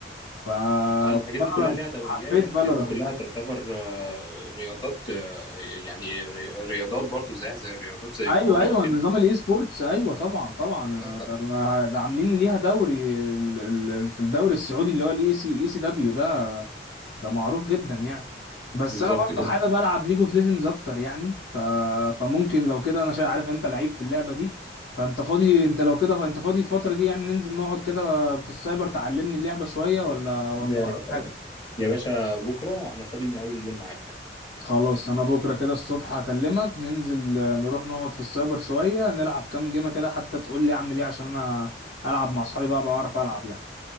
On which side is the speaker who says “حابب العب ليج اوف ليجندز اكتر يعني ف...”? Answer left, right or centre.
Left